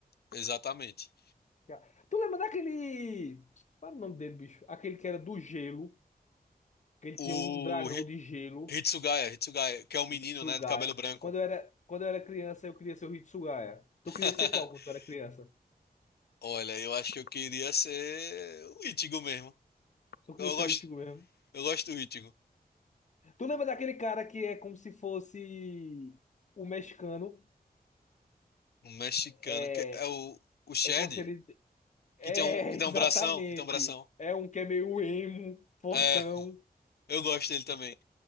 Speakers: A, on the left (about 80°); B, on the left (about 50°).
A: exatamente.
B: Já. Tu lembra daquele. Qual era o nome dele, bicho? Aquele que era do gelo. Que ele
A: O
B: tinha um um dragão
A: Hi-
B: de gelo.
A: Hitsugaya, Hitsugaya, que é o menino,
B: Hitsugaya.
A: né, de cabelo branco.
B: Quando eu era, quando eu era criança, eu queria ser o Hitsugaya. Tu
A: <laughs>
B: queria ser qual quando tu era criança?
A: Olha, eu acho que eu queria ser o Ichigo mesmo.
B: Tu queria
A: Eu
B: ser
A: gosto,
B: o Ichigo mesmo?
A: eu gosto do Ichigo.
B: Tu lembra daquele cara que é como se fosse o mexicano?
A: Um mexicano.
B: É,
A: Que é o, o Shed,
B: é como se ele. É,
A: que tem um, que tem
B: <laughs> exatamente.
A: um bração, que tem um bração.
B: É um que é meio emo, fortão.
A: É, eu gosto dele também.